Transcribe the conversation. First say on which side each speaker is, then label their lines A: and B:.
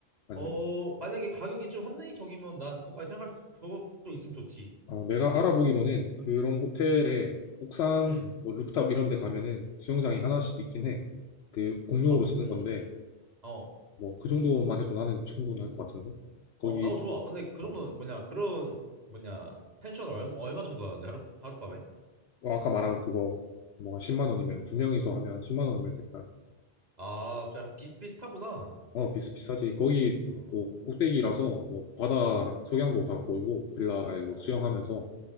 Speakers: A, on the left; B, on the right.
A: 아니면,
B: 어, 만약에 가격이 좀 합리적이면 난 그거까지 생각할 수 그것도 있으면 좋지.
A: 어, 내가 알아보기로는 그런 호텔에 옥상,
B: 음.
A: 뭐, 루프탑 이런 데 가면은 수영장이 하나씩 있긴 해. 그, 공용으로
B: 아,
A: 쓰는
B: 음.
A: 건데,
B: 어.
A: 뭐, 그 정도만 해도 나는 충분할 것 같은데? 거기,
B: 어, 나도 좋아. 근데 그
A: 어,
B: 정도는 뭐냐? 그런 뭐냐? 펜션 얼마 얼마 정도 하는데 하루 하룻밤에?
A: 어, 아까 말한 그거 뭐 한 10만 원이면 두 명이서 하면 10만 원이면 될까요?
B: 아, 약간 비슷비슷하구나.
A: 어 비슷비슷하지 거기
B: 어.
A: 또 꼭대기라서 뭐 바다랑
B: 어.
A: 석양도 다 보이고 빌라 아니, 그
B: 어.
A: 수영하면서